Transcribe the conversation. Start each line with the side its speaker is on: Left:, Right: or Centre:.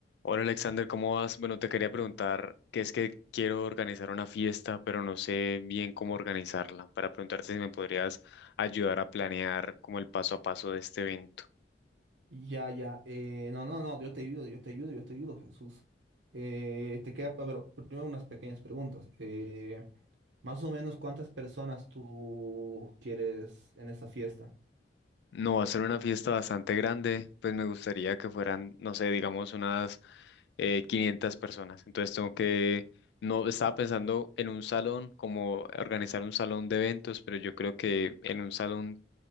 Left: Hola Alexander, ¿cómo vas? Bueno, te quería preguntar que es que quiero organizar una fiesta, pero no sé bien cómo organizarla, para preguntarte si me podrías ayudar a planear como el paso a paso de este evento.
Right: Ya, ya. eh, no, no, no, yo te ayudo, yo te ayudo, yo te ayudo, Jesús. Eh, te queda, pa- pero primero unas pequeñas preguntas. Eh, más o menos, ¿cuántas personas tú quieres en esta fiesta?
Left: No va a ser una fiesta bastante grande, pues me gustaría que fueran, no sé, digamos unas eh, 500 personas. Entonces tengo que, no, estaba pensando en un salón, como organizar un salón de eventos, pero yo creo que en un salón